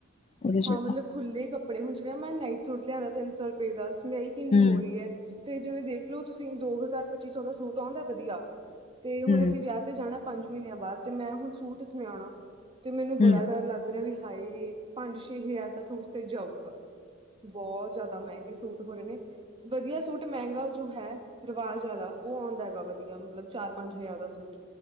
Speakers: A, on the left; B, on the right.
A: ਉਹਦੇ ਚ
B: ਹਾਂ ਮਤਲਬ
A: ਤਾਂ
B: ਖੁੱਲੇ ਕੱਪੜੇ, ਹੁਨ ਜਿਵੇ ਮੈਂ ਨਾਈਟ ਸੂਟ ਲਿਆਉਣਾ ਤਿੰਨ ਸੌ ਰੁਪਏ ਦਾ, ਸਮੇਈ ਕਿੰਨੀ
A: ਹਮ
B: ਹੋ ਰਹੀ ਹੈ। ਤੇ ਜਿਵੇਂ ਦੇਖਲੋ ਤੁਸੀਂ, ਦੋ ਹਜ਼ਾਰ ਪੱਚੀ ਸੌ ਦਾ ਸੂਟ ਆਉਂਦਾ ਵਧੀਆ, ਤੇ ਹੁਣ
A: ਹਮ
B: ਅਸੀਂ ਵਿਆਹ ਤੇ ਜਾਣਾ ਪੰਜ ਮਹੀਨਿਆਂ ਬਾਅਦ, ਤੇ ਮੈਂ ਹੁਣ ਸੂਟ ਸੁਿਆਉਣਾ ਤੇ ਮੈਨੂੰ ਬੜਾ
A: ਹਮ
B: ਡਰ ਲੱਗ ਰਿਹਾ ਵੀ ਹਾਏ, ਪੰਜ ਛੇ ਹਜ਼ਾਰ ਦਾ ਸੂਟ ਤੇ ਜਾਊਗਾ। ਬਹੁਤ ਜ਼ਿਆਦਾ ਮਹਿੰਗੇ ਸੂਟ ਹੋ ਰਹੇ ਨੇ ਵਧੀਆ ਸੂਟ ਮਹਿੰਗਾ ਜੋ ਹੈ ਰਿਵਾਜ਼ ਵਾਲਾ, ਉਹ ਆਉਂਦਾ ਹੈਗਾ ਵਧੀਆ ਮਤਲਬ ਚਾਰ ਪੰਜ ਹਜ਼ਾਰ ਦਾ ਸੂਟ